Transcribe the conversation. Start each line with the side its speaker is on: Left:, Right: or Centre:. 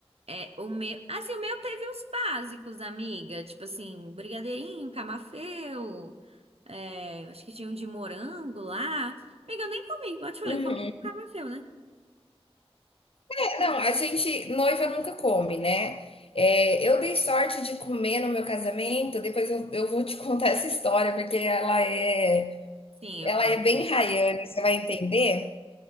Right: É, o meu. Assim, o meu teve os básicos, amiga. Tipo assim, brigadeirinho, camafeu. é, acho que tinha um de morango lá. Amiga, eu nem comi. Igual eu te falei,
Left: Uhum.
Right: eu comi um camafeu, né?
Left: É, não, a gente, noiva nunca come, né? É, eu dei sorte de comer no meu casamento, depois eu, eu vou te <laughs> contar essa história, porque ela é,
Right: Sim, eu
Left: ela
Right: quero
Left: é bem
Right: ver.
Left: raiana, você vai entender.